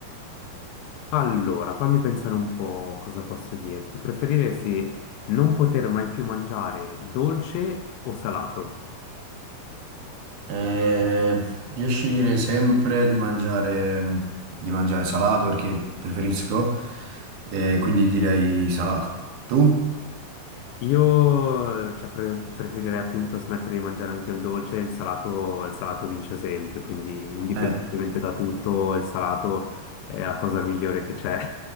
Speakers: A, on the left; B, on the right.
A: Allora, fammi pensare un po' cosa posso dirti. Preferiresti non poter mai più mangiare dolce o salato?
B: Eh, riesci a dire sempre di mangiare, di mangiare salato perché preferisco, eh, quindi direi salato. Tu?
A: Io, cioè, pre- preferirei appunto smettere di mangiare anche il dolce, il salato, il salato vince sempre, quindi indipendentemente
B: Eh,
A: da tutto, il salato è la cosa migliore che c'è.